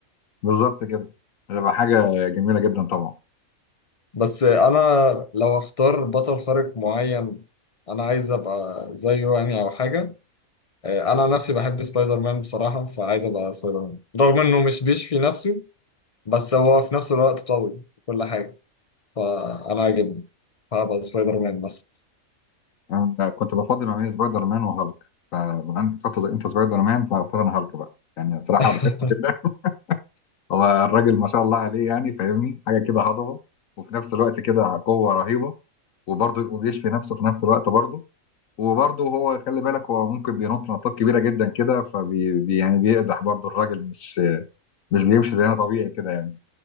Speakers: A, on the left; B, on the left.
A: بالظبط كده هتبقى حاجه جميله جدا طبعا
B: بس انا لو اختار بطل خارق معين انا عايز ابقى زيه يعني او حاجه آه، انا نفسي بحب سبايدر مان بصراحه فعايز ابقى سبايدر مان رغم انه مش بيشفي نفسه بس هو في نفس الوقت قوي في كل حاجه فانا عاجبني هبقى سبايدر مان مثلا
A: انا كنت بفضل ما بين سبايدر مان وهالك فبما انك اخترت زي- انت سبايدر مان فاختار انا هالك بقى يعني صراحه
B: <laughs>
A: بحبه كده هو الراجل ما شاء الله عليه يعني فاهمني حاجه كده هضبه وفي نفس الوقت كده قوه رهيبه وبرضه وبيشفي نفسه في نفس الوقت برضه وبرضه هو خلي بالك هو ممكن بينط نطات كبيره جدا كده فبي بي- يعني بيأزح برضه الراجل مش مش بيمشي زينا طبيعي كده يعني